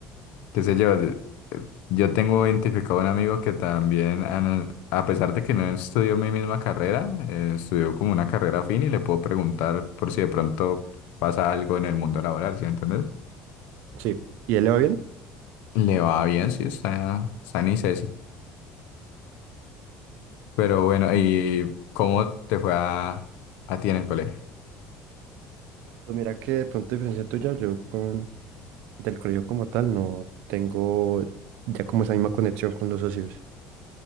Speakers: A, on the left; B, on the right.
A: qué sé yo, de- eh, yo tengo identificado un amigo que también, ana- a pesar de que no estudió mi misma carrera, eh, estudió como una carrera afín y le puedo preguntar por si de pronto pasa algo en el mundo laboral, ¿sí entiendes?
B: Sí. ¿Y él le va bien?
A: Le va bien, sí, está, está en ICESI. Pero bueno, ¿y cómo te fue a, a ti en el colegio?
B: Pues mira que de pronto a diferencia tuya, yo con... del colegio como tal no tengo ya como esa misma conexión con los socios.